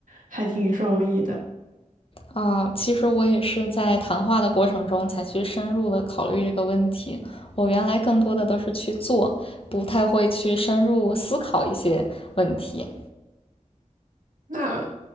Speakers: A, on the right (about 85°); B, on the left (about 45°).
A: 还挺受益的。
B: 啊，其实我也是在谈话的过程中才去深入的考虑这个问题。我原来更多的都是去做，不太会去深入思考一些问题。
A: 那